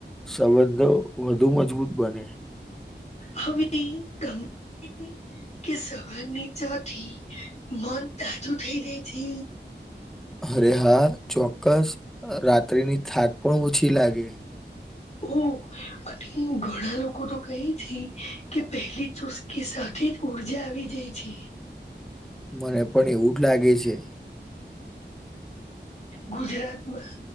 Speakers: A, in the centre; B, on the left.
A: સંબંધો વધુ મજબૂત બને
B: હવે ગામમાં ને કે સવાર ની ચા થી મન તાજું થઈ જાય છે
A: અરે હા ચોક્કસ રાત્રિની થાક પણ ઓછી લાગે
B: ઓ અને ઘણા લોકો તો કહે છે કે પહેલી ચુસ કે સાથે જ ઉર્જા આવી જાય છે
A: મને પણ એવું જ લાગે છે
B: ગુજરાતમાં